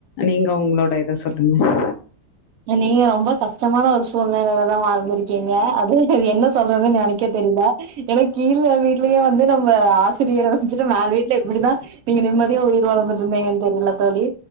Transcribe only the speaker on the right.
அ நீங்க ரொம்ப கஷ்டமான ஒரு சூழ்நிலைலதா வாழ்ந்திருக்கீங்க அது அது என்ன சொல்றதுன் எனக்கே தெரியல ஏனா கீழ வீட் ட்லயே வந்து நம்ம ஆசிரியர வச்சுட்டு மேல் வீட்ல எப்டிதா நீங்க நிம்மதியா உயிர் வாழ்ந்துட்ருந்தீங்கன் தெர்ல தோழி